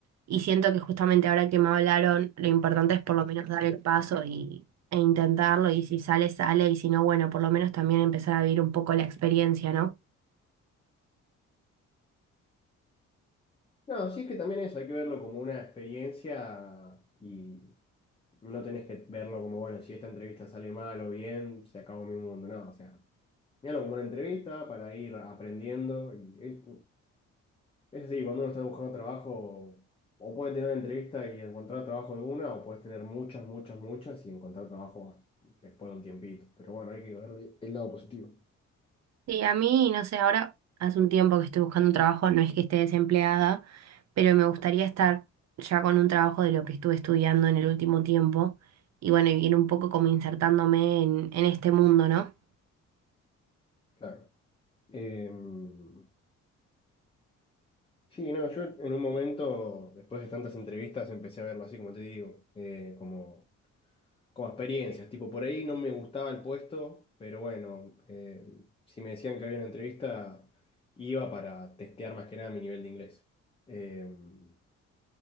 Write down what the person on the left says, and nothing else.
No, sí es que también eso, hay que verlo como una experiencia y no tenés que verlo como, bueno, si esta entrevista sale mal o bien, se acabó mi mundo, no, o sea, míralo como una entrevista para ir aprendiendo y eh, Es decir, cuando uno está buscando trabajo, o puede tener una entrevista y encontrar trabajo alguna, o puedes tener muchas, muchas, muchas y encontrar trabajo a- después de un tiempito. Pero bueno, hay que ver el lado positivo.
Claro. Em, sí, no, yo en un momento, después de tantas entrevistas, empecé a verlo así como te digo, eh, como, como experiencias. Tipo, por ahí no me gustaba el puesto, pero bueno, em, si me decían que había una entrevista, iba para testear más que nada mi nivel de inglés. Em,